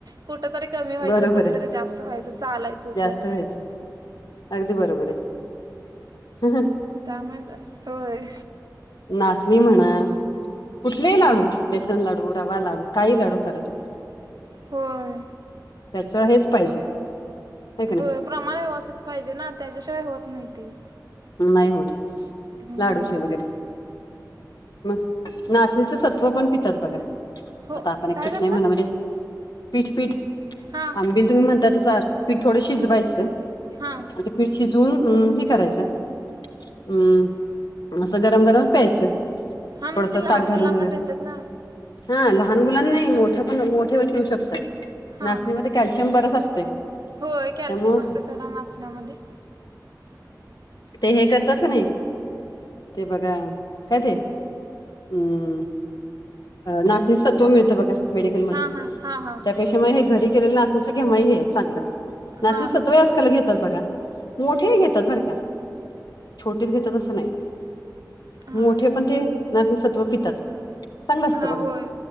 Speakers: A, on the right (about 65°); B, on the left (about 70°).
A: कुठ तरी कमी व्हायचं
B: बरोबर
A: कुठेतरी
B: आहे
A: जास्त व्हायचं चालायचंच
B: जास्त
A: जरा.
B: व्हायचं अगदी बरोबर हाय.
A: त्यामुळेच अ होय.
B: नाचणी म्हणा कुठलेही लाडू. बेसन लाडू, रवा लाडू, काही लाडू करा तुम्ही
A: होय
B: त्याच हेच पाहिजे. आहे की नाही
A: होय प्रमाण व्यवस्थित पाहिजे ना, त्याच्याशिवाय होत नाही ते.
B: नाही होत,
A: हम्म
B: लाडूचे वगैरे मग नाचणीच सत्व पण पितात बघा.
A: हो
B: आता आपण एक
A: काय
B: पित
A: करता
B: नाही म्हणा म्हणजे पीठ पीठ
A: हां
B: आंबिल. तुम्ही म्हणता तसं पीठ थोडं शिजवायचं,
A: हां
B: ते पीठ शिजवून हे करायचं. हम्म. आसं गरम गरम प्यायचं
A: हां म्हणजे
B: थोडस
A: ते लहान
B: ताक
A: मुलांना
B: घालून वगैरे
A: देतात ना
B: हा लहान मुलांना नाही मोठे पण मोठे व पिऊ शकतात.
A: हां
B: नाचणीमध्ये
A: हां
B: कॅल्शियम बरच असतय
A: होय कॅल्शियम
B: त्यामुळं
A: असतं सोडा नाचण्यामध्ये
B: ते हे करतात का नाही. ते बघा काय ते हूम्म. नाचणी सत्त्व मिळत बघा, मेडिकलमध्ये.
A: हां हां हां हां
B: पैशा मुळ हे घरी केलेलं नाचण्याचं केव्हाही हे चांगलंच, नाचणी
A: हां हां
B: सत्त्व
A: हां
B: आजकाल घेतात बघा. मोठे ही घेतात बरं का? छोटेच घेतात असं नाही,
A: हां
B: मोठे पण ते नाचणीसत्व पितात. चांगलं असतं
A: हा
B: बघा
A: होय